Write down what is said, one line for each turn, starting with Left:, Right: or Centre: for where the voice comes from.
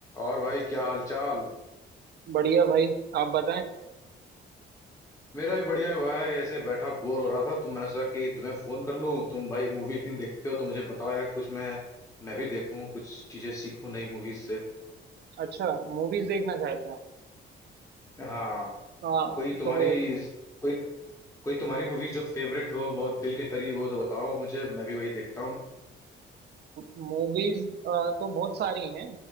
Left: और भाई क्या हाल चाल
Right: बढ़िया भाई आप बताएं
Left: मेरा भी बढ़िया है भाई ऐसे बैठा बोर हो रहा था तो मैंने सोचा कि तुम्हें फोन कर लूं तुम भाई मूवी इतनी देखते हो तो मुझे बताओ यार कुछ मैं मैं भी देखूं कुछ चीजें सीखूं नई मूवीज से
Right: अच्छा मूवीज देखना चाहते हैं आप
Left: हाँ
Right: आ,
Left: कोई तुम्हारी
Right: तो
Left: तो कोई कोई तुम्हारी मूवीज जो फेवरेट हो बहुत दिल के करीब हो तो बताओ मुझे मैं भी वही देखता हूँ
Right: मूवीज तो बहुत सारी हैं